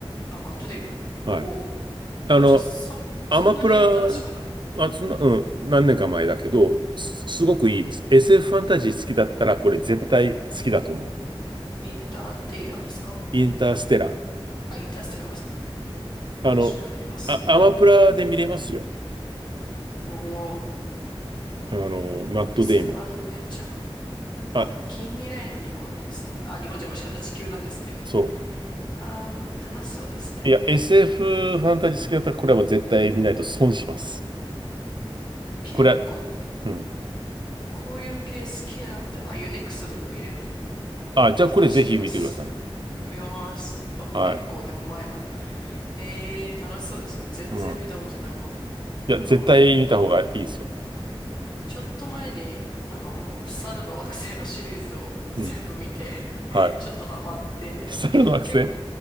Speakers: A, on the left (about 50°); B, on the right (about 55°).
A: あ、マットデイモン。
B: はい。
A: おう、
B: あの、
A: あ、じゃあそ、そんなに新しくない。
B: アマプラ、あ、そんな、うん、何年か前だけど、す、すごくいいです。
A: うん。
B: SF フファンタジー好きだったら、これ絶対好きだと思う。
A: インターテイラーですか
B: インターステラー。
A: あ、インターステラー、ごめんなさい。
B: あの、
A: を調べてます。
B: あ、アマプラで見れますよ。
A: おお。
B: あの、マット・
A: SF
B: デイモン。
A: アドベンチャー。
B: あ、
A: あ、近未来の日本なんですね。あ、日本じゃ間違えた。地球なんですね。
B: そう。
A: ああ、楽しそうですね。
B: いや、SF フファンタジー好きだったら、これはもう絶対見ないと損します。
A: 結構、
B: これは、うん。
A: こういう系好きなので、あ、UNEXT でも見れる。を探してみます。
B: あ、じゃあこれぜひ見てください。
A: 見ます。あ、
B: はい。
A: 結構でも前だ。へえ、楽しそうですね。全然見たことないかも。
B: うん。いや、
A: あの、
B: 絶対見た方がいいですよ。
A: ちょっと前に、あの、猿の惑星のシリーズを全部見て、
B: うん。はい。
A: ちょっとハマって、
B: <laughs> 猿の惑星
A: 結